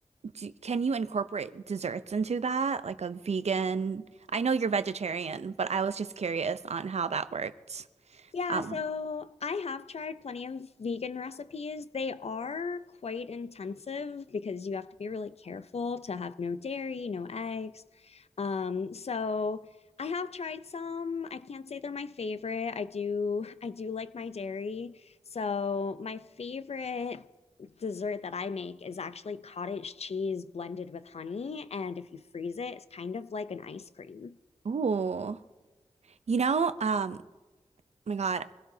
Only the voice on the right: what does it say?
do, can you incorporate desserts into that like a vegan? I know you're vegetarian, but I was just curious on how that worked.
Um,
ooh. You know, um oh my God,